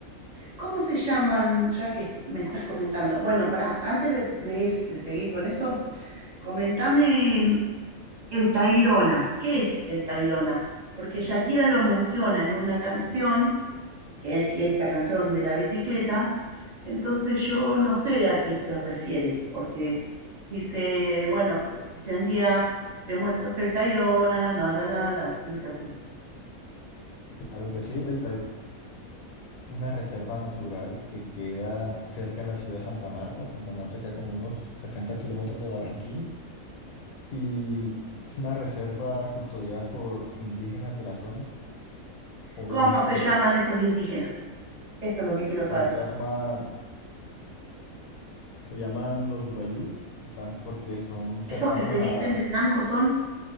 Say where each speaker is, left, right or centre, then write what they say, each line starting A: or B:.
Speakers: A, on the right; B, on the left.
A: ¿Cómo se llaman, ya que me estás comentando? Bueno, para antes de, de es- de seguir con eso, comentame mm, el tayrona. ¿Qué es el tayrona? Porque Shakira lo menciona en una canción, que es esta canción de la bicicleta, entonces yo no sé a qué se refiere, porque dice, bueno, cu- si un día le muestras el tayrona, na, na, na, na, dice así.
B: Claro que sí, el Tairona es una reserva natural que queda cerca de la ciudad de Santa Marta, Santa Marta queda como unos 60 kilómetros de Barranquilla y es una reserva custodiada por indígenas de la zona. Obviamente
A: ¿Cómo se llaman esos indígenas? Eso es lo que quiero
B: se
A: saber.
B: llama Se llaman los guayús, que están porque son cercanos
A: ¿Esos que se visten
B: a...
A: de blanco son?